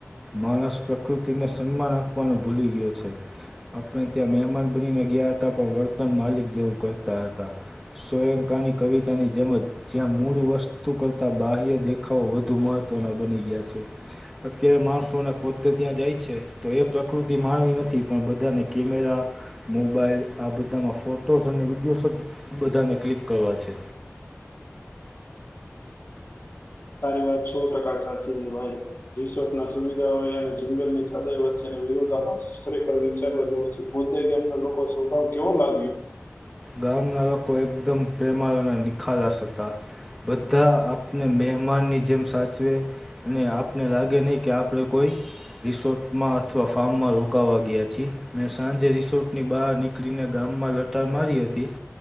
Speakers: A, in the centre; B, on the left.
A: માણસ પ્રકુતિને સન્માન આપવાનું ભૂલી ગયો છે. આપણે ત્યાં મહેમાન બનીને ગીયા તા પણ વર્તન માલિક જેવું કરતા હતા. સોયંકાની કવિતાની જેમજ જ્યાં મૂળ વસ્તુ કરતાં બાહ્ય દેખ ખાવ વધુ મહત્વના બની ગીયા છે. અત્યારે માયસોને પોતે ત્યાં જાય છે તો એ પ્રકૃતિ માણવીની નથી પણ બધાને કેમેયા મોબાઈલ આ બધામાં ફોટોઝ અને વિડીયોઝ જ બધાને ક્લિક કયવા છે.
B: તારી વાત સો ટકા ચાછી છે ભાય. રિસોર્ટ ના સુવિધાઓ અને જંગલની સગાઈ વચ્ચે વિરોધાભાસ ખરેખર વિચારવા જેવો છે. <unintelligible> લોકો સ્ભાવ કેવો લા
A: ગામના લોકો એકદમ પ્રેમાળ અને નિખાલાસ હતા. બધા આપને મહેમાનની જેમ સાચવે. અને આપને લાગે નઈ કે આપડે કોઈ રિસોટમાં અથવા ફામમા રોકાવા ગીયા છે. મેં સાંજે રિસોટની બહાર નીક ક્ળીને ગામમાં લટાર મારી હતી,